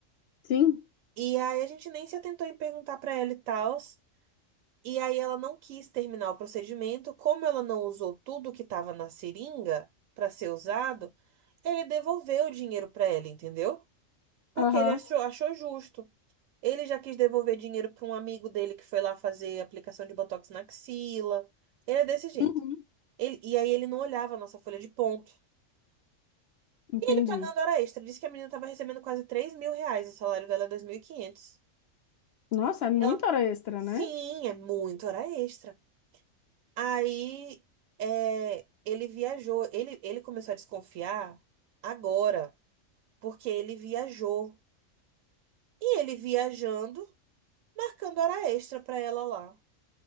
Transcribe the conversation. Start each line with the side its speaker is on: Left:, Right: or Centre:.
Left: Sim.
Right: E aí a gente nem se atentou em perguntar pra ela e tal. E aí ela não quis terminar o procedimento, como ela não usou tudo que estava na seringa para ser usado, ele devolveu o dinheiro para ela, entendeu? Porque
Left: Aham.
Right: ele achou, achou justo. Ele já quis devolver dinheiro para um amigo dele que foi lá fazer aplicação de botox na axila. Ele é desse jeito.
Left: Uhum.
Right: Ele- e aí ele não olhava a nossa folha de ponto.
Left: Entendi.
Right: E ele pagando hora extra. Disse que a menina estava recebendo quase 3 mil reais. O salário dela é 2.500. E quinhentos.
Left: Nossa, é muita
Right: E ela,
Left: hora extra,
Right: sim,
Left: né?
Right: é muito hora extra. Aí é, ele viajou. Ele, ele começou a desconfiar agora, porque ele viajou. E ele viajando, marcando hora extra pra ela lá.